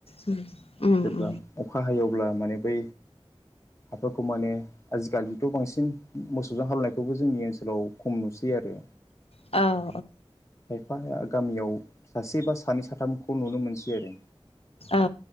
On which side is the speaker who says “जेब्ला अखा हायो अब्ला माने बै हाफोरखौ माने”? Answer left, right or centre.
Left